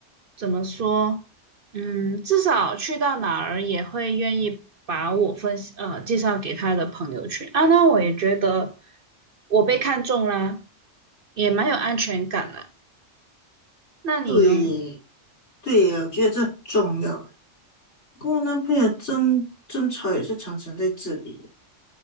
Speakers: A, on the right; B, on the left.
A: 怎么说？嗯，至少去到哪儿也会愿意把我分享呃介绍给他的朋友圈啊。那我也觉得我被看中啦，也蛮有安全感的。那你呢？
B: 对耶，对耶，我觉得这很重要诶。跟我男朋友争争吵也是常常在这里耶，